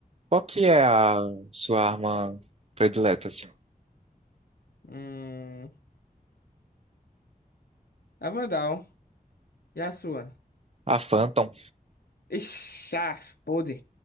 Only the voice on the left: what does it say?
Hum, a Vandal, e a sua?
Ixi, ah, podre,